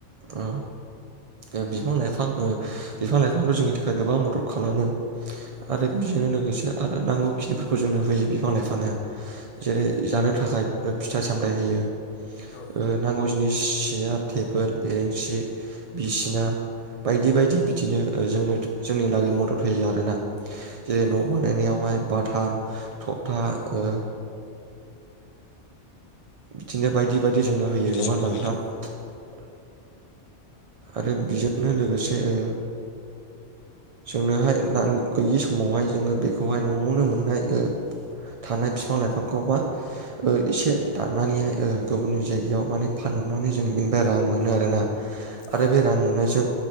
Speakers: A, on the right (about 55°); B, on the left (about 85°).
A: औ ओ बिफां लाइफां ओ बिफां लाइफाङाथ' जोंनि थाखाय गोबां मदद खालामो। आरो
B: औ
A: बिजोंनो लोगोसे। आरो नांगौ खिनिफोरखौ जोंनो होयो बिफां लाइफाङा। जेरै
B: औ
A: जानो थाखाय फिथाइ सामथाय होयो
B: औ
A: ओ नांगौ जिनिस सियार थेबोल बेरेंसि बिसिना बायदि बायदि बिदिनो जोंनो जोंनि लागै
B: उम
A: मदद होयो आरो ना जेरै
B: औ
A: न' बानायनायावहाय बाथाम थबथा ओ बिदिनो बायदि बायदि जोंनो होयो
B: बिदि
A: नङा
B: जोंना
A: होनबा
B: होयो।
A: नोंथां आरो बेजोंनो लोगोसे ओ जोंनोहाय <unintelligible> गैयि समावहाय जोङो बेखौहाय न'आवनो मोननाय ओ थानाय बिफां लाइफांखौ बा मा एसे दाननानैहाय ओ गुबुननि जायगायाव माने फानहरनानै जोङो बेनिफ्राय रां मोनो आरोना आरो
B: औ
A: बे रां मोननायजों